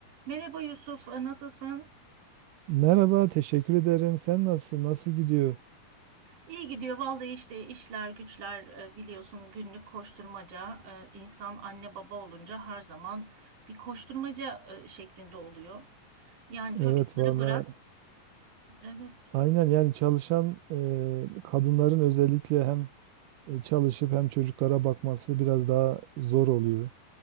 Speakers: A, on the right (about 60°); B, on the right (about 80°).
A: Merhaba Yusuf, e, nasılsın?
B: Merhaba, teşekkür ederim. Sen nasılsın? Nasıl gidiyor?
A: İyi gidiyor vallahi işte işler güçler e, biliyorsun günlük koşturmaca E, insan anne baba olunca her zaman bir koşturmaca e, şeklinde oluyor. Yani
B: Evet
A: çocukları
B: valla
A: bırak. Evet,
B: aynen yani çalışan e, kadınların özellikle hem e, çalışıp hem çocuklara bakması biraz daha zor oluyor.